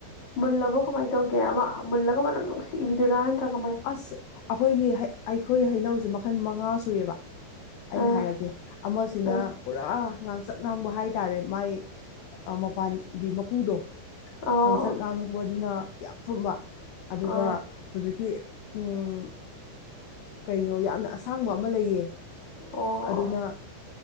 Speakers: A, on the left; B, on the left.
A: ꯃꯨꯜꯂꯕ ꯀꯃꯥꯏꯅ ꯇꯧꯒꯦ ꯑꯃ ꯃꯨꯜꯂꯒ ꯃꯅꯝ ꯅꯨꯡꯁꯤ ꯏꯕꯤꯗꯣꯏꯔꯥ ꯅꯠꯇ꯭ꯔꯒ
B: ꯑꯁ ꯑꯩꯈꯣꯏꯒꯤ ꯑꯩꯈꯣꯏ ꯍꯩꯅꯧꯁꯦ ꯃꯈꯜ ꯃꯉꯥ ꯁꯨꯑꯕ
A: ꯑꯥ
B: ꯑꯩꯅ
A: ꯑꯥ
B: ꯍꯥꯏꯔꯒꯦ ꯑꯃꯁꯤꯅ
A: ꯑꯣ
B: ꯄꯨꯔꯥ ꯉꯥꯡꯁꯪ ꯉꯥꯡꯕ ꯍꯥꯏꯇꯥꯔꯦ ꯃꯥꯏ ꯑ ꯃꯄꯥꯟꯒꯤ ꯃꯄꯨꯗꯣ
A: ꯑꯣ
B: ꯉꯥꯡꯁꯪ
A: ꯑꯣ
B: ꯉꯥꯡꯕꯗꯨꯅ ꯌꯥꯝ ꯊꯨꯝꯕ ꯑꯗꯨꯒ
A: ꯑ
B: ꯍꯧꯖꯤꯛꯀꯤ ꯎꯝ ꯀꯩꯅꯣ ꯌꯥꯝꯅ ꯑꯁꯥꯡꯕ ꯑꯃ ꯂꯩꯌꯦ
A: ꯑꯣ
B: ꯑꯗꯨꯅ